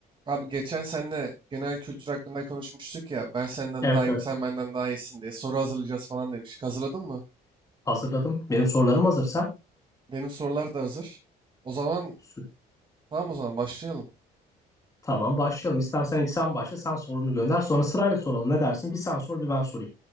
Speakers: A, on the right; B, on the left.
A: Abi geçen seninle genel kültür hakkında konuşmuştuk ya. Ben senden
B: Evet
A: daha iyiyim,
B: evet
A: sen benden daha iyisin diye. Soru hazırlayacağız falan demiştik. Hazırladın mı?
B: hazırladım. Benim sorularım hazır sen.
A: Benim sorular da hazır. O zaman
B: sü-
A: tamam o zaman başlayalım.
B: Tamam başlayalım. İstersen ilk sen başla sen sorunu gönder. Sonra sırayla soralım ne dersin? Bir sen sor bir ben sorayım.